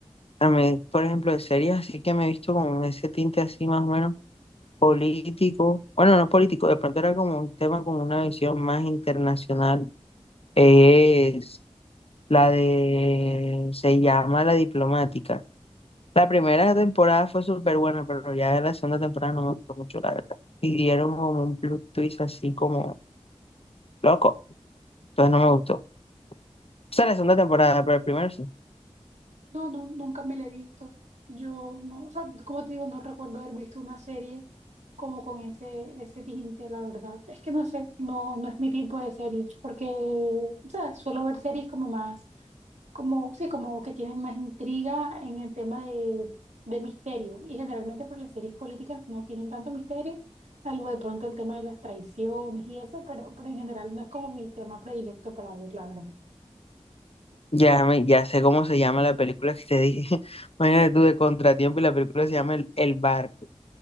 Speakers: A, on the left; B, on the right.
A: A mí, por ejemplo, de series así que me he visto con ese tinte así más o menos político. Bueno, no político, de pronto era como un tema con una visión más internacional. Es La de... Se llama La Diplomática. La primera temporada fue súper buena, pero ya la segunda temporada no me gustó mucho, la verdad. Y dieron como un plot twist así como loco. Entonces no me gustó. O sea, la segunda temporada, pero el primero sí.
B: No, no, nunca me la he visto. Yo no, o sea, como te digo, no recuerdo haber visto una serie como con ese, ese tinte, la verdad. Es que no sé, no, no es mi tipo de serie, porque, o sea, suelo ver series como más, como, sí, como que tienen más intriga en el tema de, de misterio. Y generalmente, pues las series políticas no tienen tanto misterio, salvo de pronto el tema de las traiciones y eso, pero, pero en general no es como mi tema predilecto para ver, la verdad.
A: Ya, me, ya sé cómo se llama la película que te dije. <laughs> Imagínate tú de Contratiempo y la película se llama El, El Barco.